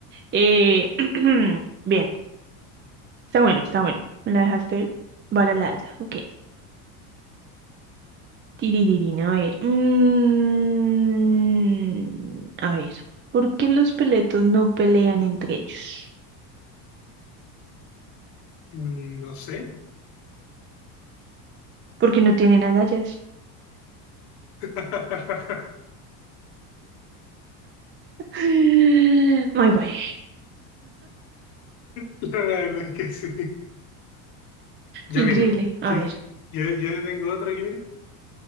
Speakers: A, on the right; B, on the left.
A: Eh, <clears throat> bien, está bueno, está bueno. Me la dejaste vara a la alta. Ok. Tirirín, a ver. Mm, a ver. ¿Por qué los peletos no pelean entre ellos?
B: Mm, no sé.
A: Porque no tienen agallas.
B: <laughs>
A: <gasps> <laughs> Muy bueno.
B: La verdad es que sí. Ya
A: Increíble.
B: mira,
A: A
B: yo,
A: ver.
B: yo, yo te tengo otro aquí, mira.